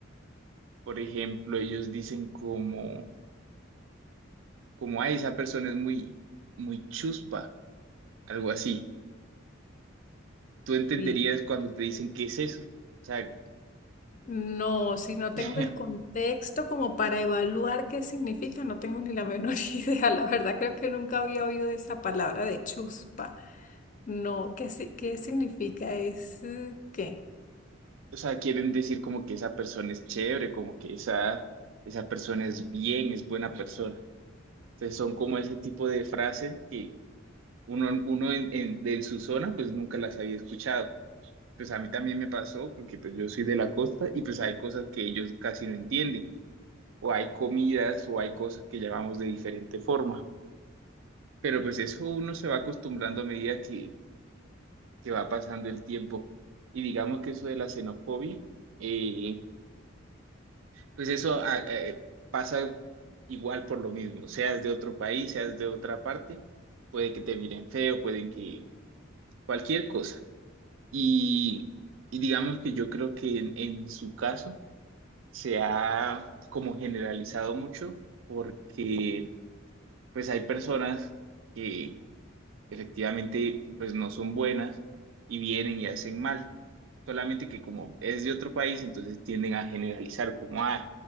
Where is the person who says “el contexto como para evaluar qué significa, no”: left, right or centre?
Left